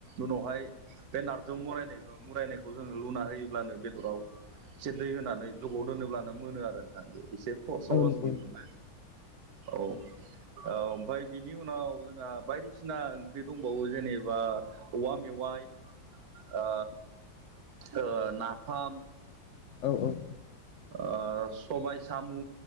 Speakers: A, on the right; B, on the left.
A: उनावहाय बे नारजौ मरायनायखो मुरायनायखौ जोङो लुना होयोब्लानो बेदराव एसे दै होनानै गोबाव दोनोब्लानो मोनो आरो नोंथां। एसे ख-सहस
B: औ नंगौ
A: बेफोरबो औ औ ओमफाय बिनि उन उनाव जोंहा बायदिसिना ओंख्रि दंबावो जेनेबा औवा मेवाय ओ ओ नाफाम
B: औ औ।
A: ओ सबाय, सामु,